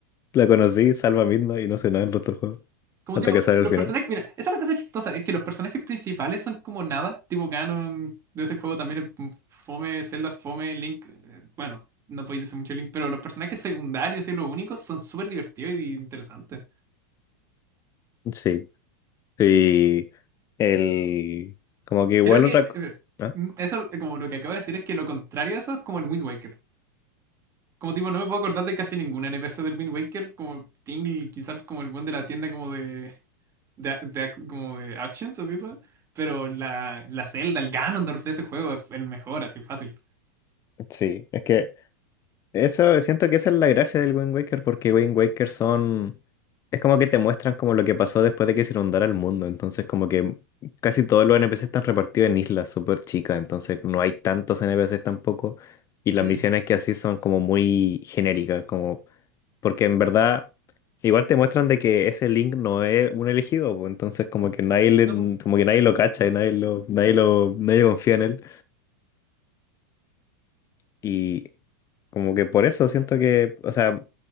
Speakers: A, on the left; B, on the right.
A: La conocí, salva a y no hace nada en el otro juego.
B: Como
A: Hasta
B: tipo,
A: que sale
B: los
A: al final.
B: personajes, mira, esa es la cosa chistosa, es que los personajes principales son como nada, tipo Ganon de ese juego también es fome, Zelda es fome, Link, eh, bueno, no podéis decir mucho Link, pero los personajes secundarios y los únicos son súper divertidos y interesantes.
A: Sí. Sí. El. Como que igual
B: Creo que
A: otra. co-
B: eh,
A: ¿Ah?
B: eso, eh, como lo que acabo de decir, es que lo contrario a eso es como el Wind Waker. Como tipo, no me puedo acordar de casi ningún NPC del Wind Waker, como Tingle, quizás como el buen de la tienda como de de, ac- de ac- como de actions, así son. Pero la, la Zelda, el Ganondorf de ese juego es el mejor, así fácil.
A: Sí. Es que Eso, siento que esa es la gracia del Wind Waker, porque Wind Waker son... Es como que te muestran como lo que pasó después de que se inundara el mundo, entonces como que casi todos los NPCs están repartidos en islas súper chicas, entonces no hay tantos NPCs tampoco, y las
B: Mm.
A: misiones que así son como muy genéricas, como... Porque en verdad igual te muestran de que ese Link no es un elegido, pues, entonces como que nadie le-
B: No, po.
A: como que nadie lo cacha y nadie lo, nadie lo, nadie confía en él. Y como que por eso siento que, o sea,